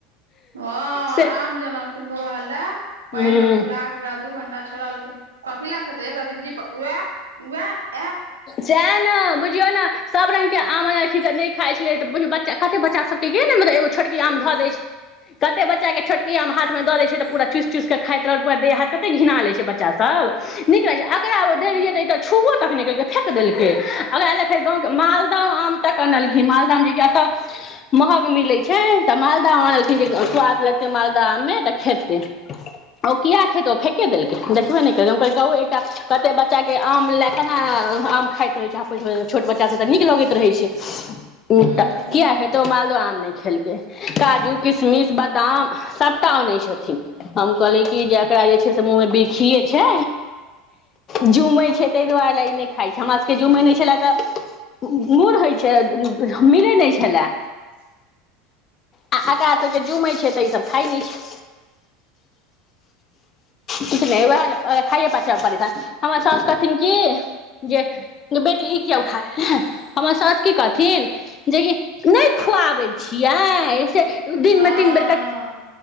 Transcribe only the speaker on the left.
से
हूँ
सएह ने बुझियौ ने, सभ रंगक के आम आनखिन त नहि खाइ छलै तऽ, बुझ बच्चा कते बच्चा सब के मतलब एगो छोटकी आम धऽ दै छै, कते बच्चा बच्चाके छोटकी आ हाथ दऽ दै छै तऽ, पूरा चुि चुसि क खाइत रहलड़ै, पूरा देह हाथ कतेक घिना लैत छै बच्चास सब। नीक लैगे छै, एकरा ओ
देलियै तऽ छुबो तक नहि केलकै, फेक देलकै, ओकरा लए फेर गाँके मालदह आम तक अनलखिन, मालदहमे जे कि एतऽ महग मिलैत छै, तऽ मालदह आनखिन जे स्वाद लगतै मालदहमे तऽ खेतै। ओ किया खेतै ओ फेके देलकै, देखबे नहि केलकै, हम कहलियै कहु एकटा कते बच्चा के आम ल केना आम खाइत रहै छै, छोट बच्चा सभ तऽ नीक लगैत रहैत छै।
एकटा किया खेतौ ओ मालदह आम नहि खेलक। के काजू किशमिश बादाम सभटा अनै छथिन। हम कहली कि जेकरा जे छै से मुँह मे बिरखिये छै झुमै छै, ताहि दुआरे ई नहि खा छै हमरा सभके जूमे नहि छलए तऽ मुर होइ छै मिलै नहि छलए।
आ आकरा सब के जुमै छै तऽ ई सब खाइ नहि छै। किछ नहि वएह प खाइए पाछा परेशान हमर सौस की जे बेटी ई किया उठा हमर सौस की कहथिन। जेकि नहि खुआबै छियै सेे दिनमे
तीन बेर क